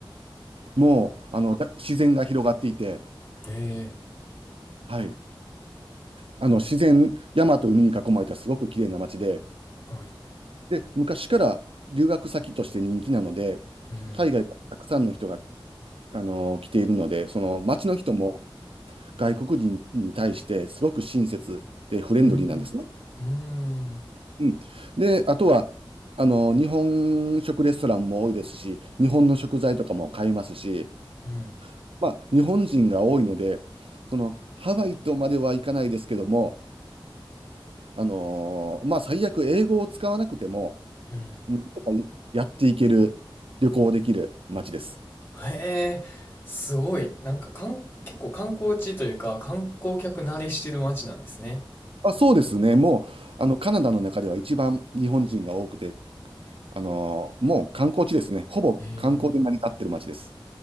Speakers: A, on the right (about 85°); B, on the left (about 25°).
A: もうあのだ自然が広がっていて、
B: へえ、
A: はい、あの自然、山と海に囲まれたすごく綺麗な街で、
B: はい。
A: で、昔から留学先として人気なので、
B: うん。
A: 海外からたくさんの人があの、来ているので、その街の人も外国人に対してすごく親切でフレンドリーなんですね。
B: うん。うん。うん。
A: うん。で、あとは、あの、日本食レストランも多いですし、日本の食材とかも買いますし、
B: うん。
A: まあ、日本人が多いので、その、ハワイとまではいかないですけども、あのーまあ、最悪英語を使わなくても、
B: うん
A: なんとかやっていける、旅行できる街です。
B: へえ、すごい。なんか、かん、結構観光地というか、観光客慣れしてる街なんですね。
A: あ、そうですね。もう、あの、カナダの中では一番日本人が多くて、あのーもう観光地ですね。ほぼ観光で成り立ってる街です。
B: うん。へえ。